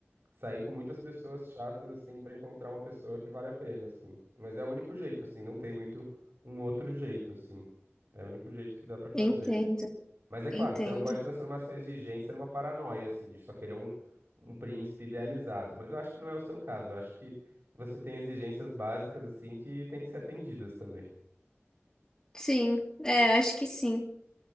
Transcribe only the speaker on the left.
Entendo,
entendo.
Sim, é, acho que sim.